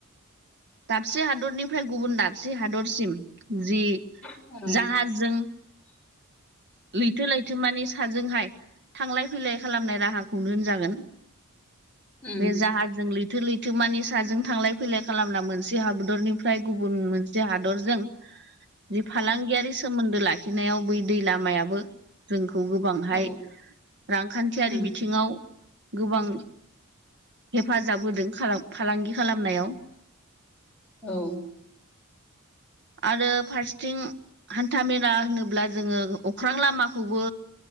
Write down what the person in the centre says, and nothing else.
औ
उम
औ
उम
औ